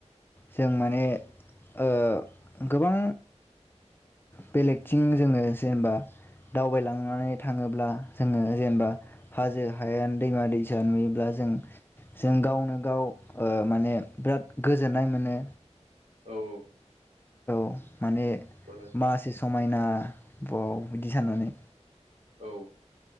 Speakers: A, on the left (about 20°); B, on the right (about 65°).
A: जों माने ओ गोबां बेलेगथिं जोङो जेनेबा दावबायलांनानै थाङोब्ला जोङो जेनेबा हाजो हायेन दैमा दैसा नुयोब्ला जों जों गावनो गाव ओ माने बिराद गोजोननाय मोनो
B: औ औ
A: औ माने
B: मोनो
A: मासे समायना बाव बिदि साननानै
B: औ